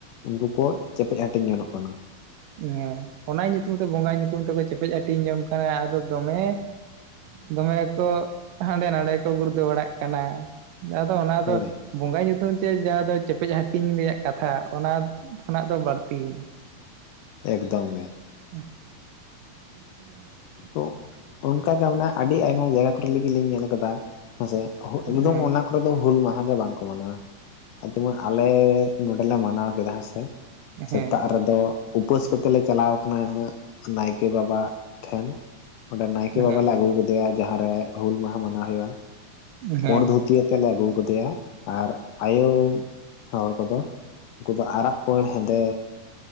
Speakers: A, on the left; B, on the right.
A: ᱩᱝᱠᱩ ᱠᱚ ᱪᱮᱯᱮᱡ ᱦᱟᱹᱴᱤᱧ ᱜᱚᱱᱚᱜ ᱠᱟᱱᱟ᱾
B: ᱦᱮᱸ ᱚᱱᱟ ᱧᱩᱛᱩᱢ ᱛᱮ ᱵᱚᱸᱜ ᱧᱩᱛᱩᱢ ᱛᱮᱠᱚ ᱪᱮᱯᱮᱡ ᱦᱟᱹᱴᱤᱧ ᱡᱚᱝ ᱠᱟᱱᱟ ᱟᱫᱚ ᱫᱚᱢᱮ ᱫᱚᱢᱮ ᱠᱚ ᱦᱟᱸᱰᱮ ᱱᱟᱰᱮ ᱠᱚ ᱜᱩᱲᱫᱷᱟᱹ ᱵᱟᱲᱟᱜ ᱠᱟᱱᱟ ᱟᱫᱚ ᱚᱱᱟ ᱫᱚ
A: ᱦᱳᱭ
B: ᱵᱚᱸᱜᱟ ᱧᱩᱛᱩᱢ ᱛᱮ ᱡᱟᱦᱟᱸ ᱫᱚ ᱪᱮᱯᱮᱫ ᱦᱟᱹᱴᱤᱧ ᱨᱮᱭᱟᱜ ᱠᱟᱛᱷᱟ ᱚᱱᱟ ᱠᱷᱚᱱᱟᱜ ᱫᱚ ᱵᱟᱹᱲᱛᱤᱭᱮᱱᱟ ᱾
A: ᱮᱠᱫᱚᱢ ᱜᱮ
B: <inaudible>
A: ᱛᱚ ᱚᱱᱠᱟ ᱜᱮ ᱢᱟᱱᱮ ᱟᱹᱰᱤ ᱟᱭᱢᱟ ᱡᱟᱭᱜᱟ ᱠᱚᱨᱮ ᱨᱮᱜᱮ ᱧᱮᱞ ᱟᱠᱟᱫᱟ ᱦᱮᱸ ᱥᱮ ᱾ ᱮᱠᱫᱚᱢ
B: ᱦᱮᱸ
A: ᱚᱱᱟ ᱠᱚᱨᱮ ᱫᱚ ᱦᱩᱞ ᱢᱟᱦᱟ ᱜᱮ ᱵᱟᱝ ᱠᱚ ᱢᱟᱱᱟᱣᱟ ᱾ ᱟᱨ ᱡᱮᱢᱚᱱ ᱟᱞᱮ ᱱᱚᱸᱰᱮ ᱞᱮ ᱢᱟᱱᱟᱣ ᱠᱮᱫᱟ ᱦᱮ ᱥᱮ ᱥᱮᱛᱟᱜ
B: ᱦᱮᱸ
A: ᱨᱮᱫᱚ ᱩᱯᱟᱹᱥ ᱠᱟᱛᱮᱜ ᱞᱮ ᱪᱟᱞᱟᱣ ᱟᱠᱟᱱᱟ ᱦᱟᱸᱜ ᱱᱟᱭᱠᱮ ᱵᱟᱵᱟ ᱴᱷᱮᱱ ᱚᱸᱰᱮ ᱱᱟᱭᱠᱮ
B: ᱦᱮᱸ
A: ᱵᱟᱵᱟ ᱞᱮ ᱟᱹᱜᱩ ᱠᱮᱫᱮ᱾ ᱮᱭᱟ ᱡᱟᱦᱟᱸ ᱨᱮ ᱦᱩᱞ ᱢᱟᱦᱟ ᱢᱟᱱᱟᱣ ᱦᱩᱭᱩᱜ-ᱟ
B: ᱦᱮᱸ
A: ᱯᱚᱸᱬ ᱫᱷᱩᱛᱤ ᱛᱮᱞᱮ ᱟᱹᱜᱩ ᱠᱟᱫᱮᱭᱟ ᱟᱨ ᱟᱭᱳ ᱦᱚᱲ ᱠᱚᱫᱚ᱾ ᱩᱱᱠᱩ ᱫᱚ ᱟᱨᱟᱜ ᱯᱟᱹᱲ ᱦᱮᱸᱫᱮ